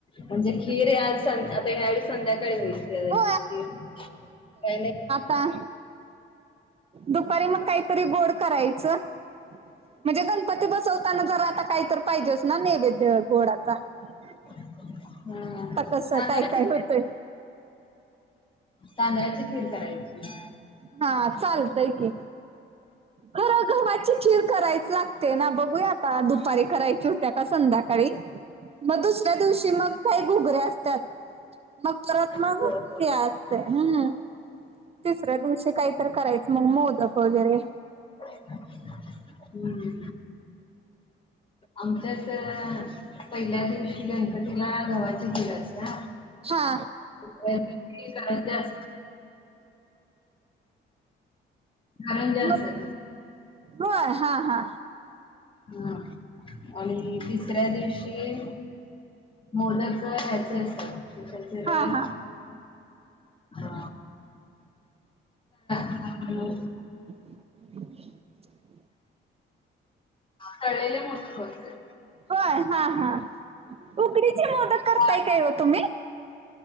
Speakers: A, on the left; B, on the right.
A: म्हणजे खीर हे आज सन आता यावेळी संध्याकाळी होईल.
B: हो
A: <unintelligible> ची खीर काय नाई
B: ता दुपारी मग कायतरी गोड करायचं. म्हणजे गणपती बसवताना जरा आता काय तर पाहिजेच ना नैवेद गोडाचा ह <inaudible>
A: हा हा.
B: कसं
A: तांदळाची
B: काय काय होतंय.
A: तांदळाची खीर करायची.
B: हा चालतय की खरं गव्हाची खीर करायच लागतय ना, बघूया आता दुपारी करायची हुत्या का संध्याकाळी मग दुसऱ्या दिवशी मग काय घुगऱ्या असत्यात. मग परत मग
A: होय
B: <unintelligible>
A: होय.
B: असते हम्म तिसऱ्या दिवशी कायतर करायचं मंग मोदक वगैरे
A: <inaudible> हम्म. आमच्याच अ पहिल्या दिवशी गणपतीला गव्हाची खीर असत्या.
B: हा.
A: दुसऱ्या <unintelligible> करंजा असर.
B: मग होय हा हा
A: हा. आणि तिसऱ्या दिवशी मोदक ह्याचे असतात
B: हा हा
A: <unintelligible> हा <unintelligible>
B: <inaudible>
A: तळलेले मोदक करतोय.
B: होय हा हा, उकडीचे मोदक करताय
A: वाळ
B: काय ओ तुमी?